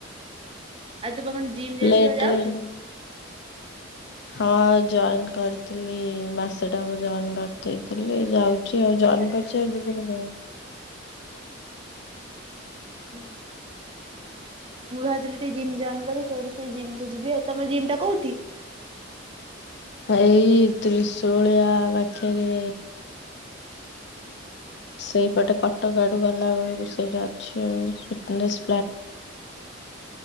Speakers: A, on the right; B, on the left.
A: ଆଉ ତୁ ପା କଣ ଜିମ୍ ଯାଉଥିଲୁ
B: ଲେଟ୍
A: ଆଉ ଯାଉଛୁ?
B: ରେ ହେଲେ
A: <inaudible>
B: ହଁ ଜଏନ୍ କରିଥିଲି ମାସେ ଟେ ହବ ମୁ ଜଏନ୍ କରିଦେଇଥିଲି ଯାଉ ଛି ଆଉ ଜଏନ୍ କରିଛି ଆଉ ଯିବିନି କାଇ
A: <inaudible> ହୁଁ ମୁଁ ଭାବୁଥିଲି ଟିକେ ଜିମ୍ ଜଏନ୍ କରି ତୋ ସେଇ ଜିମ୍ କୁ ଯିବି ତମ ଜିମ୍ ଟା କଉଠି
B: ଏଇ ତ୍ରିଶୁଳିଆ ପାଖରେ ସେଇପଟେ କଟକ ଆଡୁ ଗଲା ବେଳକୁ ସେଇଟା ଅଛି ଫିଟନେସ